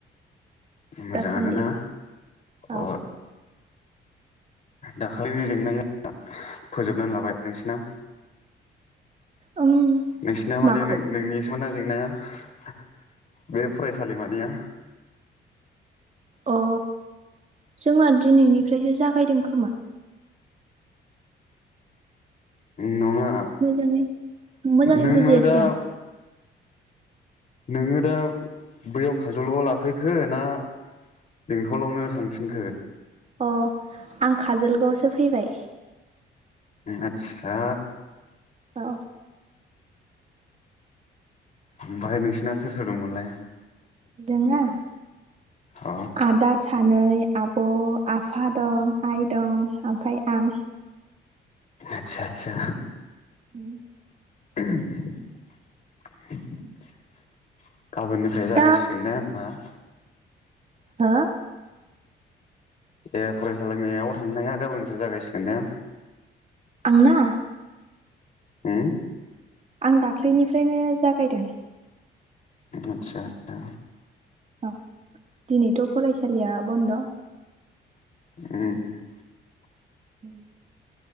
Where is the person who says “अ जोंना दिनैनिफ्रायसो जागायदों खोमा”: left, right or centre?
Right